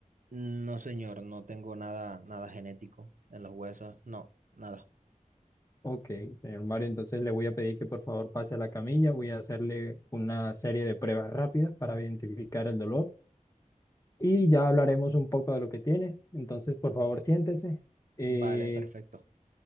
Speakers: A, on the right; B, on the left.
A: No, señor, no tengo nada, nada genético en los huesos, no, nada.
B: Ok, señor Mario, entonces le voy a pedir que por favor pase a la camilla, voy a hacerle una serie de pruebas rápidas para identificar el dolor y ya hablaremos un poco de lo que tiene. Entonces, por favor, siéntese. Eh,
A: Vale, perfecto.